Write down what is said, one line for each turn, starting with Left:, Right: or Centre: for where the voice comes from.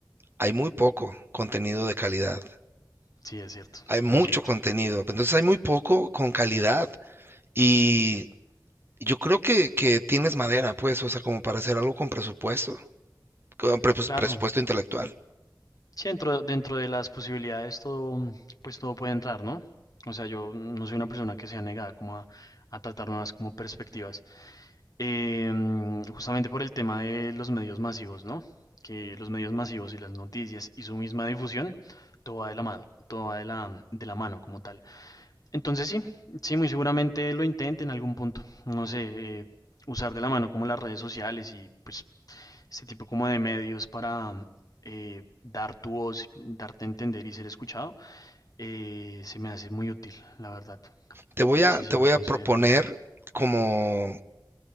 Right: Hay muy poco contenido de calidad.
Left: sí, es cierto,
Right: Hay mucho
Left: es cierto.
Right: contenido, pero entonces hay muy poco con calidad. Y yo creo que, que tienes madera, pues, o sea, como para hacer algo con presupuesto, con pre-
Left: Claro.
Right: presupuesto intelectual.
Left: Sí, dentro, dentro de las posibilidades todo, pues todo puede entrar, ¿no? O sea, yo no soy una persona que sea negada como a, a tratar nuevas como perspectivas. Em, justamente por el tema de los medios masivos, ¿no? Que los medios masivos y las noticias y su misma difusión, todo va de la mano, todo va de la, de la mano como tal. Entonces sí, sí, muy seguramente lo intente en algún punto. No sé, eh, usar de la mano como las redes sociales y pues este tipo como de medios para eh, dar tu voz, darte a entender y ser escuchado, eh, se me hace muy útil, la verdad.
Right: Te voy a,
Left: Sí, sí,
Right: te voy
Left: lo he considerado.
Right: a proponer como,